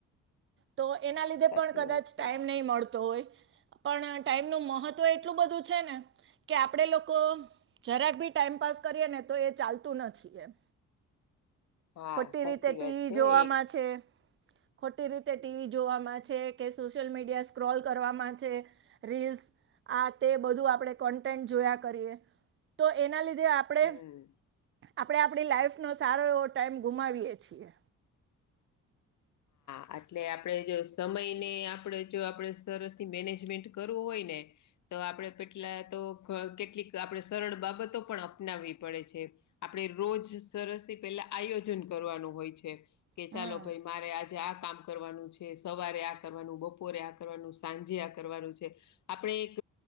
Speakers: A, on the right; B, on the left.
A: તો
B: હા
A: એના લીધે
B: સાચી
A: પણ કદાચ
B: વાત
A: ટાઈમ
B: છે
A: નહીં મળતો હોય. પણ ટાઈમનુંું મહત્વ એટલું બધું છે ને કે આપણેે લોકો જરા બી ટાઈમ પાાસ કરીએ ને તો એ ચાલતું નથી એમ.
B: હા
A: ખોટી
B: સાચી
A: રીતે ટીવી
B: વાત છે
A: જોવામાં
B: એક
A: છે ખોટી રીતે ટીવી જોવામાં છે. કે સોશિયલ મીડિયા સ્ક્રોલ કરવાવામાં છે રીલ્સ આ તે બધું આપણે કોન્ટેન્ટ જોયા કરીએ તો એના લીધે આપણે
B: હમ
A: આપણે આપણી લાઈફનો સારો એવો ટાઈમ ગુમાવીએ છીએ. હ <inaudible>
B: આટલે આપણે જો સમયને આપણે જો આપણે સરસથી મેનેજમેન્ટ કરવું હોય. ને તો આપણે પેટલા તો કેટલીક આપણે સરળ બાબતો પણ અપનાવવી પડે છે. આપણે રોજ સરસ થી પહેલા આયોજન કરવાનું હોય છે કે
A: હમ
B: ચાલો ભાઈ મારે આજે આ કામ કરવાનું છે સવારે આ કરવાનું બપોરે આ કરવાનું સાંજે આ કરવાનું છે. આપણે એક